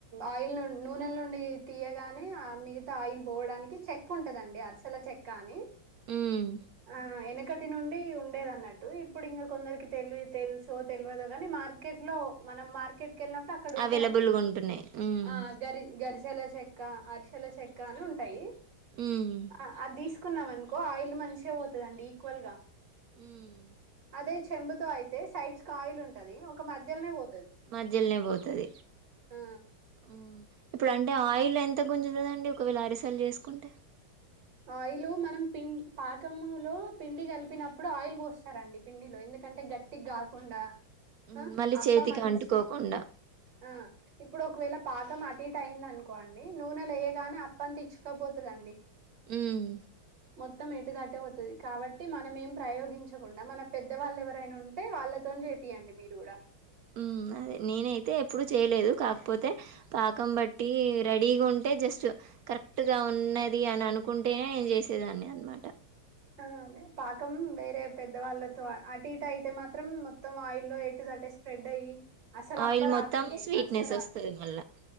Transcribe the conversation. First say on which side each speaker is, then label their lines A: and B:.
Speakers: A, on the right (about 60°); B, on the right (about 75°).
A: ఆయిల్ ను నూనెల నుండి తీయగానే ఆ మిగతా ఆయిల్ పోవడానికి చెక్ ఉంటుందండి అరిసల చెక్ కానీ
B: ఉమ్
A: ఆ ఏనా టి నుండి ఉండేది అన్నట్టు ఇప్పుడు ఇంకా కొందరికి తెలివి తెలుసో తెలియదుో కాని మార్కెట్ లో మనం మార్కెట్ కెళ్ళినప్పుడు అక్కడ ఉంటాయండి
B: అవైలబుల్గా ఉంటున్నాయి ఉమ్
A: ఆ గరి గరిశెల చెక్క అరిసెల చెక్క అని ఉంటాయి
B: ఉమ్
A: ఆ అది తీసుకున్నాం అనుకో ఆయిల్ మంచిగా పోతదండి ఈక్వల్ గా
B: ఊమ్
A: దే చెంబుతో అయితే సైడ్స్ కి ఆయిల్ ఉంటది ఒక మధ్యలోనే పో
B: మధ్యలనే పోతది
A: ఆ
B: ఉమ్ ఇప్పుడం టే ఆయిల్ ఎంత గుంజుతదండి ఒకవేళ అరిసెలు చేసుకుంటే
A: ఆయిలు మనం పిం పాకము లో పిండి కలిపినప్పుడు ఆయిల్ పోస్తారండి పిండిలో ఎందు కంటే గట్టిగ కాకుండా
B: ఉమ్
A: ఆ
B: మళ్ళీ
A: అప్ప
B: చేతికి
A: మంచ్
B: అంటుకోకుండా
A: ఆ ఇప్పుడు ఒకవేళ పాకం అటు ఇటు అయింది అనుకోండి నూనె లేయ గానే అప్పంత ఇచ్చుకపోతుందండి
B: ఉమ్
A: మొత్తం ఎటు దటే పోతది. కాబట్టి మనమేం ప్రయోగించకుండా మన పెద్దవాళ్ళ ఎవరైనా ఉంటే వాళ్ళతో. తోన్ చేపియండి మీరు కూడా
B: హ్మ్. నేనైతే ఎప్పుడూ చేయలేదు కాకపోతే పాకం బట్టి రెడిగా ఉంటే జస్ట్ కరెక్ట్ గా ఉన్నది అని అనుకుంటేనే చేసేదాన్ని అనమాట
A: ఆ అదే పాకం వేరే పెద్దవాళ్ళ తో అటు ఇటు అయితే మాత్రం మొత్తం ఆయిల్లో ఎటు అట్టే స్ప్రెడ్ అయ్యి అసలు అప్ప
B: ఆయిల్
A: రాదండి,
B: మొత్తం స్వీట్‌నెస్
A: అరుస రాదు
B: ఒస్తది మళ్ళా.